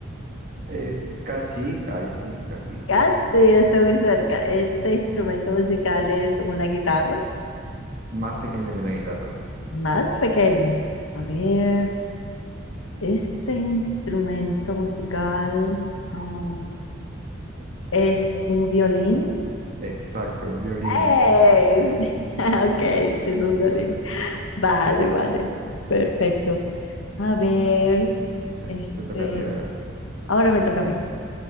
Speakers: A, on the right (about 45°); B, on the left (about 75°).
A: Eh, casi, casi, casi.
B: Casi está muy cerca. Este instrumento musical es una guitarra
A: Más pequeño que una guitarra.
B: más pequeña. A ver, este instrumento musical, um, es un violín.
A: Exacto, un violín.
B: ¡Ey! <laughs> Ok, es un violín. Vale, vale. Perfecto. A ver,
A: Este,
B: este,
A: te toca a ti, a ver.
B: ahora me toca a mí.